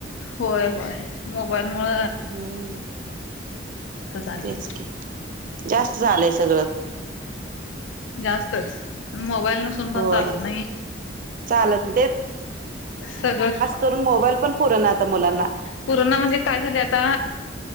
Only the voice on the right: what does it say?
हम.
तेच की जास्त झालंय सगळं
होय
चालत
तरुन मोबाईल पण पुरना आता मुलां